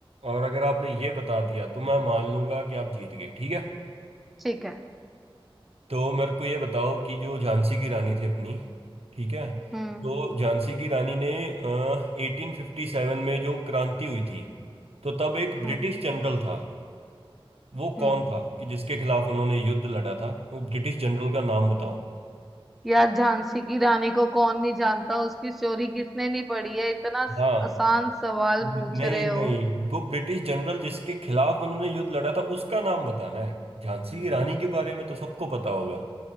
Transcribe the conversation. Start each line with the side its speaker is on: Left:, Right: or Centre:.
Right: और अगर आपने ये बता दिया तो मैं मान लूंगा कि आप जीत गए ठीक है
Centre: ठीक है
Right: तो मेरे को ये बताओ कि जो झांसी की रानी थी अपनी ठीक है
Centre: हम्म
Right: तो झांसी की रानी ने एटीन फिफ्टी सेवन में जो क्रांति हुई थी तो तब एक ब्रिटिश
Centre: हम्म
Right: जनरल था वो
Centre: हम्म
Right: कौन था कि जिसके खिलाफ उन्होंने युद्ध लड़ा था वो ब्रिटिश जनरल का नाम बताओ
Centre: यार झांसी की रानी को कौन नहीं जानता उसकी स्टोरी किसने नहीं पढ़ी है इतना
Right: हाँ
Centre: आसान सवाल
Right: नहीं
Centre: पूछ रहे हो
Right: नहीं वो ब्रिटिश जनरल जिसके खिलाफ उन्होंने युद्ध लड़ा था उसका नाम बताना है झांसी की रानी के बारे में तो सबको पता होगा